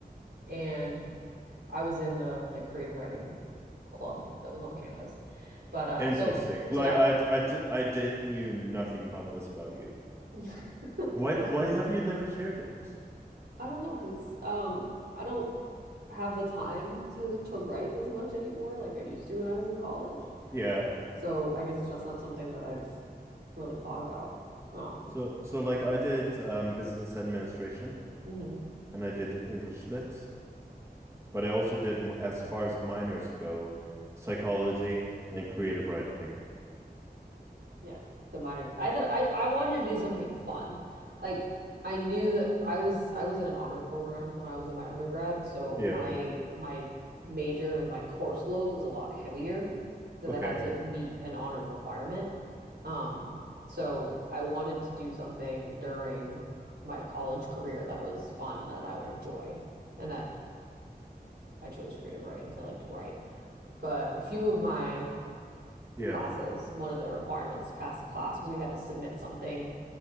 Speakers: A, on the right; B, on the right.
A: and I was in the like creative writing club that was on campus. But uh
B: Interesting.
A: so so
B: Like
A: that
B: I I did I did knew nothing about this about you.
A: <laughs>
B: Why
A: well, I
B: why
A: guess we,
B: have you never shared it?
A: I don't know because it's um I don't have the time to to write as much anymore like I used to when I was in college.
B: Yeah.
A: So I guess it's just not something that I've really thought about. Um
B: So so like I did um business administration
A: mhm.
B: and I did English lit, but I also did m- as far as minors go, psychology and creative writing.
A: Yeah, the minors. I thought I I wanted to do something fun. Like I knew that I was I was in an honors program when I was in my undergrad, so
B: Yeah.
A: my my major and my course load was a lot heavier because
B: Okay.
A: I had to meet an honors requirement. Um, so I wanted to do something during my college career that was fun and that I would enjoy, and that I chose creative writing because I like to write. But a few of my
B: Yeah.
A: classes, one of the requirements to pass the class was we had to submit something